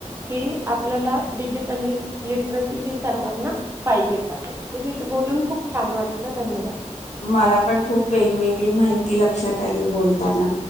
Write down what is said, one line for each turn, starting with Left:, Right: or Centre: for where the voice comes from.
Right: कि आपल्याला डिजिटल लिट लिट्रसी ही सर्वांना पाहिजेच. तुझ्याशी बोलून खूप छान वाटलं धन्यवाद.
Left: मला पण खूप वेगवेगळी माहिती लक्षात आली बोलताना.